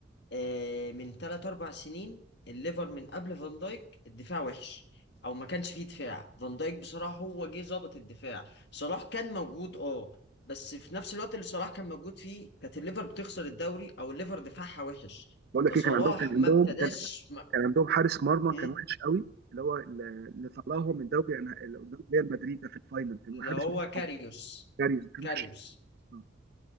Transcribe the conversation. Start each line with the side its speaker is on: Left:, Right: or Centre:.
Left: أه من 3 4 سنين الليفر من قبل فان دايك الدفاع وحش او ما كانش فيه دفاع فان دايك بصراحة هو جه ظابط الدفاع صلاح كان موجود اه بس في نفس الوقت اللي صلاح كان موجود فيه كانت الليفر بتخسر الدوري او الليفر دفاعها وحش
Right: بقول
Left: فصلاح
Right: لك ايه كان عندهم كان
Left: ما
Right: عندهم
Left: ابتداش
Right: كان
Left: ما...
Right: كان عندهم حارس مرمى
Left: مم.
Right: كان وحش قوي اللي هو اللي اللي طلعهم من دوري أنا- اللي قدام ريال مدريد ده في الفاينل كان
Left: اللي
Right: حارس
Left: هو كاريوس
Right: كاريوس كان
Left: كاريوس
Right: وحش قوي. آه.